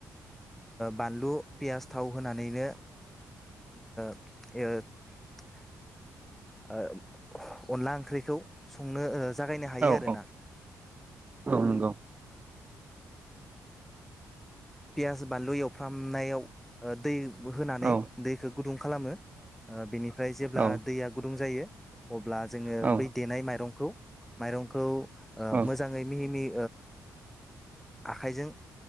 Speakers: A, in the centre; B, on the right.
A: बानलु पियास थाव होनानैनो <unintelligible> अनला आंख्रि संनो जागायनो हायो
B: औ
A: आरोना।
B: औ औ नंगौ
A: पियास बानलु एवफ्रामनायाव दै होनानै
B: औ
A: दैखौ गुदुं खालामो बेनिफ्राय जेब्ला
B: औ
A: दैया दुं जायो अब्ला जोङो
B: औ
A: बै देनाय माइरंखौ माइरंखौ
B: औ
A: मोजाङै मिहि मिहि आखाइजों